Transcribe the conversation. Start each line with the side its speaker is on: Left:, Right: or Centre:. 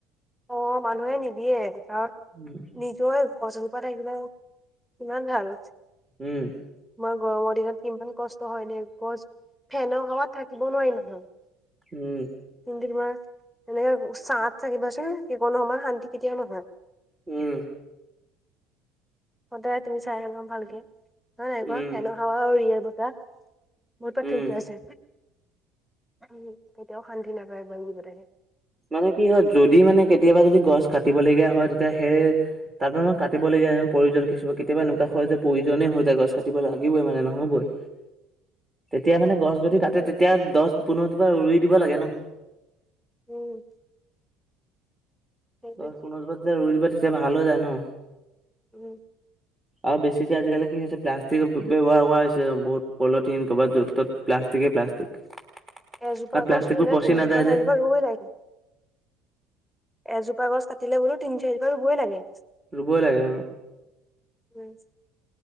Centre: অ' মানুহে নিদিয়ে কাৰণ
Right: <inaudible>
Centre: নিজৰ গছজোপা থাকিলে কিমান ভাল।
Right: উম।
Centre: তোমাৰ গৰমৰ দিনত ইমান কষ্ট হয় নে গছ ফেনৰ হাৱাত থাকিব নোৱাৰি মানুহ।
Right: উম।
Centre: কিন্তু তোমাৰ এনেকে ছাত থাকিবাচোন, সেইকণ সমান শান্তি কেতিয়াও নহয়।
Right: উম।
Centre: সদায় তুমি চাই ল'বা ভালকে, হয় নাই
Right: উম,
Centre: কোৱা, ফেনৰ হাৱা আৰু ৰিয়েল বতাহ। বহুত পাৰ্থক্য
Right: উম।
Centre: আছে। উ, কেতিয়াও শান্তি নাপায় মানুহবিলাকে।
Right: মানে কি হয় যদি মানে কেতিয়াবা যদি গছ কাটিবলগীয়া হয়, তেতিয়া সেই তাৰ পৰা মই কাটিবলগীয়া প্ৰয়োজন কিছু, কেতিয়াবা একুৱা হয় যে প্ৰয়োজনেই হৈ যায় গছ কাটিব লাগিবই মানে নহ'বই। তেতিয়া মানে গছ যদি
Centre: সেইটোৱে
Right: কাটে তেতিয়া দহ পোন্ধৰ জোপা ৰুই দিব লাগে ন'।
Centre: উম। সেইটোৱে
Right: দহ পোন্ধৰ জোপা যেতিয়া ৰুই দিবা তেতিয়া ভাল হৈ যায় ন'।
Centre: উম।
Right: আৰু বেছিকে আজিকালি কি হৈছে প্লাষ্টিক ব্যৱহাৰ কৰা হৈছে বহুত, পলিথিন ক'ৰবাত য'ত ত'ত প্লাষ্টিকে প্লাষ্টিক।
Centre: এজোপা
Right: কাৰণ প্লাষ্টিকবোৰ
Centre: গছ ৰুলে
Right: পচি
Centre: তিনজোপা,
Right: নাযায় যে।
Centre: চাৰি জোপা ৰুবই লাগে। এজোপা গছ কাটিলে বোলো তিনি চাৰি জোপা ৰুবই লাগে।
Right: ৰুবই লাগে অ'।
Centre: উম,